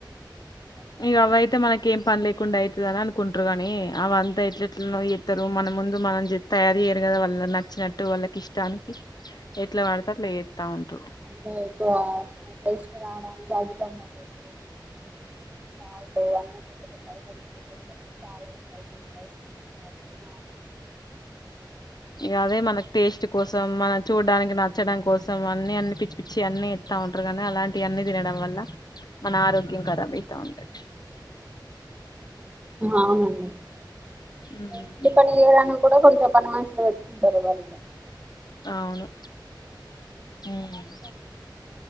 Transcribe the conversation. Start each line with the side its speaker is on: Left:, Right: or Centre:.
Right: ఆన్లైన్లో ఆర్డర్
Left: ఇగ అవయితే
Right: చేసి
Left: మనకి ఏం పని లేకుండా అయితే ని అనుకుంటారు కాగానీ అవంతా ఎట్ల ఎట్లా చెస్తారు మన ముందు మనం తయారు చేయ్యరు కదా వాళ్ళ నచ్చినట్టు వాళ్ళకి ఇష్టానికి ఎట్లా వాడతారు అట్లా ఉంటారు
Right: అందు ఇకు ముటేశ్వర్వడాాల గాజు టమాటోస్ సాల్ట్ అన్న పెత్త పెత్త ఐటమ్స్ చా స్పైసీ స్పైసి ఉంటంది వా నాన్స్
Left: ఇగ అదే మనకు టేస్ట్ కోసం మనం చూడడానికి నచ్చడం కోసం అన్ని అన్ని పిచ్చి పిచ్చి అన్ని ఇస్తా ఉంటారు కానీ అలాంటివి అన్ని తినడం వల్ల మన ఆరోగ్యం ఖరాబ్ అయితా ఉంటది
Right: అవునండి
Left: ఉమ్.
Right: ఇగ ఇంటి పని చేయడానికి కూడా కొంచెం పని మనుషులని పెట్టుకుంటారా వాళ్లు ఈగ
Left: అవును హుమ్